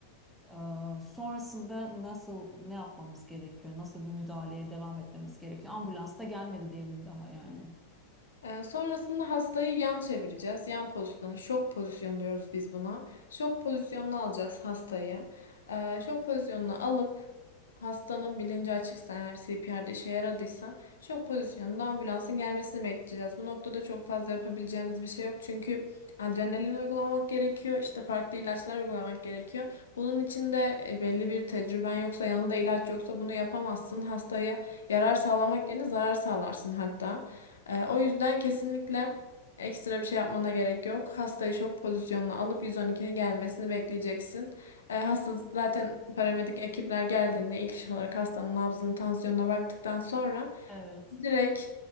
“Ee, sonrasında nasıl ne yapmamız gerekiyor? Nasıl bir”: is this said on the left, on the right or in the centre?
Centre